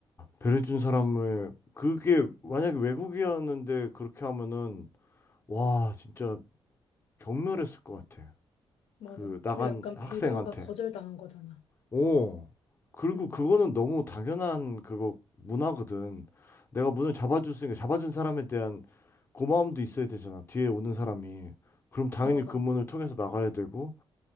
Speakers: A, on the left (about 25°); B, on the left (about 80°).
A: 배려해준 사람을, 그게 만약에 외국이었는데 그렇게 하면은, 와, 진짜 경멸했을 것 같아.
B: 맞아.
A: 그 나간
B: 근데 약간
A: 학생한테.
B: 배려가 거절당한 거잖아.
A: 오. 그리고
B: 음,
A: 그거는 너무 당연한 그거 문화거든. 내가 문을 잡아줄 수 있으니까 잡아준 사람에 대한 고마움도 있어야 되잖아. 뒤에 오는 사람이. 그럼 당연히
B: 맞아.
A: 그 문을 통해서 나가야 되고